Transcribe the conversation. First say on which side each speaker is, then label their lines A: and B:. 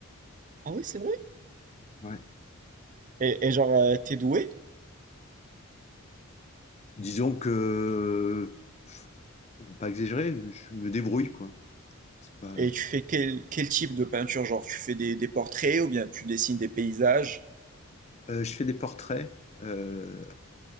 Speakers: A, on the right (about 35°); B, on the left (about 30°).
A: Ah oui, c'est vrai.
B: Ouais.
A: Et, et genre euh, t'es doué?
B: Disons que, on va pas exagérer, je me débrouille, quoi. C'est pas...
A: Et tu fais quel, quel type de peinture? Genre tu fais des, des portraits ou bien tu dessines des paysages?
B: Euh, je fais des portraits, euh,